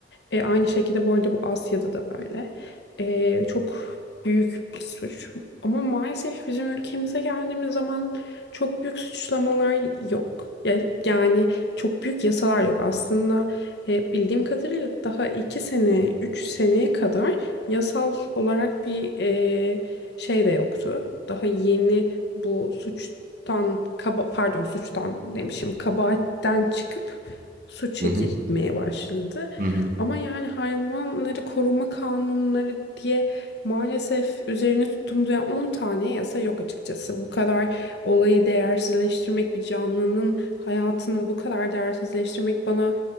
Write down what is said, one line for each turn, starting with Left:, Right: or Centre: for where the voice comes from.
Left: E, aynı şekilde bu arada bu Asya'da da böyle. E, çok büyük bir suç. Ama maalesef bizim ülkemize geldiğimiz zaman çok büyük suçlamalar yok. Ya- Yani çok büyük yasalar yok. Aslında e, bildiğim kadarıyla daha 2 sene, 3 seneye kadar yasal olarak bir e, şey de yoktu. Daha yeni bu suçtan, kaba, pardon suçtan demişim, kabahatten çıkıp suça
Right: Hı hı.
Left: girmeye başladı.
Right: Hı hı.
Left: Ama yani hayvanları koruma kanunları diye maalesef üzerine tuttuğumuz yani 10 tane yasa yok açıkçası. Bu kadar olayı değersizleştirmek, bir canlının hayatını bu kadar değersizleştirmek bana